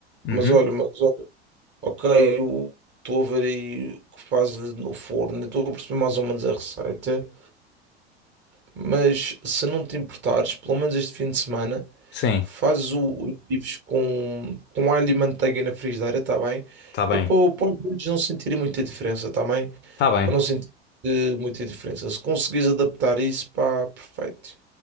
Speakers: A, on the left; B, on the right.
A: uhum,
B: mas olha, mas olha, ok, eu estou a ver aí o que fazes no forno, estou a perceber mais ou menos a receita, mas se não te importares, pelo menos este fim de semana,
A: sim,
B: faz o- os bifes com, com alho e manteiga na frigideira, está bem?
A: tá bem,
B: É para, para os miúdos não sentirem muita diferença, está bem?
A: tá bem.
B: Para não sentir eh, muita diferença. Se conseguires adaptar isso, pá, perfeito.